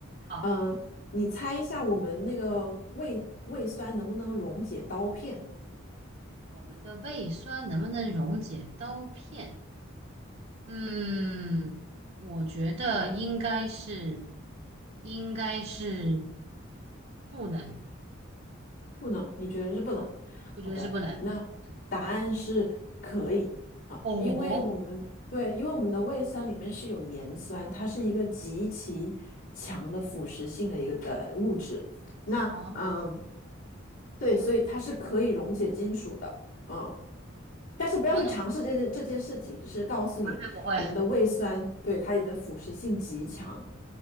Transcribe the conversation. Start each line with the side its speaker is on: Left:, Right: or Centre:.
Right: 好，
Left: 嗯，你猜一下我们那个胃胃酸能不能溶解刀片？
Right: 我们的胃酸能不能溶解刀片？嗯，我觉得应该是，
Left: 对
Right: 应该是不能，
Left: 不能，你觉得是不能？
Right: 我觉得是不能。
Left: 好的，那答案是可以啊，
Right: 对，哦，
Left: 因为我们对，因为我们的胃酸里面是有盐酸，它是一个极其强的腐蚀性的一个的物质。那嗯，
Right: 啊，
Left: 对，所以它是可以溶解金属的，嗯，但是不要去尝试这件这件事情，
Right: 完了，
Left: 只是告诉你我们的胃酸对它的腐蚀性极强。
Right: 绝不会。